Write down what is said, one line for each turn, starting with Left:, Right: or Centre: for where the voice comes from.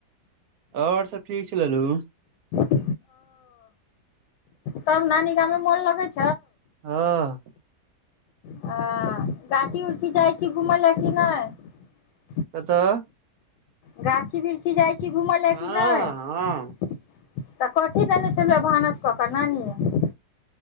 Right: आओर सब ठीक छि ललू
Left: ओ तब नानी गमेमे मन लगै छै
Right: हँ
Left: ह गाछी उछी जाइ छी घूमय लए कि नहि
Right: कतऽ
Left: गाछ बिरछि जाइ छी घुमै लए
Right: हँ
Left: कि नहि
Right: हँ
Left: तऽ कथी देने छै भानस कऽ कऽ नानिये